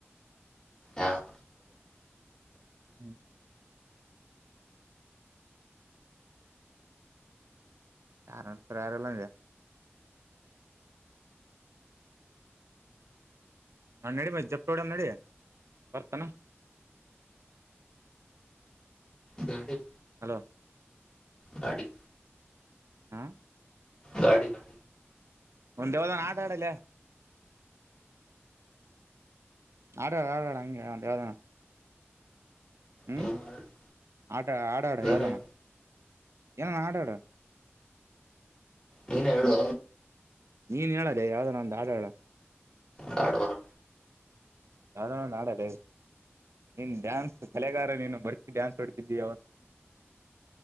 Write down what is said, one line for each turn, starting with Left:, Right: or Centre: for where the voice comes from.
Left: ಯಾರು
Right: <unintelligible> ಯಾರಡುಸರ ಯಾರೆಲ್ಲ ನಾ ನಡಿ ಮ ಜಪ್ತೋಡಮ್ಮ ನಡಿ ಬರ್ತಾನ
Left: ಗಡಿ
Right: ಹಲೋ
Left: ಗಾಡಿ
Right: ಹ
Left: ಗಾಡಿ ಗಾಡಿ
Right: ಒಂದೇದನ್ ಆಟ ಆಡ ಲೆ ಆಡಾಡ ಆಡಾಡ ಹಂಗ ಯಾವ್ದಾನ ಹ್ಮ್
Left: ನೀನ್
Right: ಆ ಆ ಆಡಾ ಆಡ ಯಾವ್ದಾನ
Left: ನೀನ್
Right: ಏನ ಹಾಡಾಡು
Left: ನೀನೆ ಹೇಳು
Right: ನೀನ್ ಹೇಳದೆ ಯಾವ್ದಾರ ಒಂದು ಹಾಡ ಹೆಳ
Left: ಗಾಡ್ ಬರಲ್ಲ
Right: ಯಾದರ ಹಾಡಲ್ಲೆ ನೀನ್ ಡ್ಯಾನ್ಸ್ ಕಲೆಗಾರ ನೀನು ಬರ್ತ ಡ್ಯಾನ್ಸ್ ಹೊಡ್ತಿದ್ದಿಯ ಯಾವತ್ತು